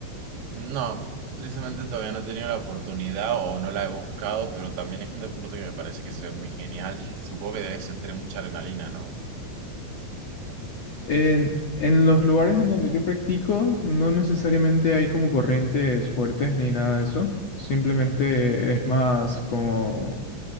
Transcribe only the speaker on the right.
No, tristemente todavía no he tenido la oportunidad o no la he buscado, pero también es un deporte que me parece que se ve muy genial. Supongo que debe sentir mucha adrenalina, ¿no?
Ujú.